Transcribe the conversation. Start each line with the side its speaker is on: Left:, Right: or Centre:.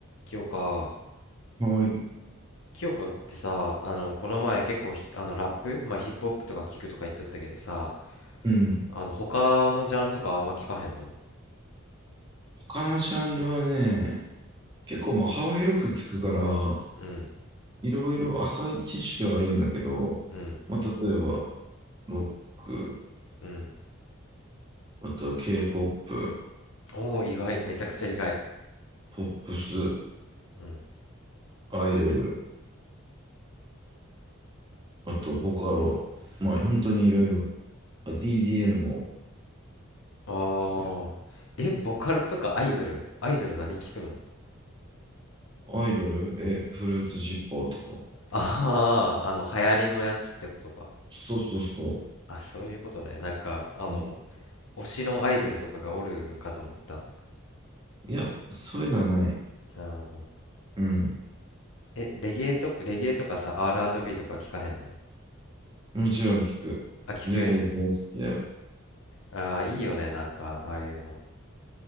Left: 清香
Right: はい。
Left: 清香ってさあのこの前結構ひあのラップ、まあ、ヒップホップとか聞くとか言っとったけどさ
Right: うん。
Left: あの他のジャンルとかあんま聞かへんの
Right: 他のジャンルはね、結構まあ幅広く聞くから、
Left: うん
Right: いろいろ浅い知識はあるんだけど、
Left: うん
Right: まあ、例えば、ロック、
Left: うん
Right: あとは K-POP、
Left: おおー意外めちゃくちゃ意外
Right: ポップス、
Left: うん
Right: アイドル、あとボカロ、まあ本当にいろいろ、あ DDM も
Left: あーえボカルとかアイドルアイドル何聞くの
Right: 聞くし。アイドル、え、フルーツジッパーとか。
Left: あ <laughs> あーあの流行りのやつってことか
Right: そうそうそう。
Left: あそういうことねなんかあの
Right: うん
Left: 推しのアイドルとかがおるんかと思った
Right: いや、そういうのはない。
Left: うんうん
Right: うん。
Left: えレゲエとレゲエとかさ R&B とか聞かへんの
Right: もちろん聞く。
Left: あ聞く
Right: レゲエ大好きだよ。
Left: ああ、いいよね、なんか、ああいうの。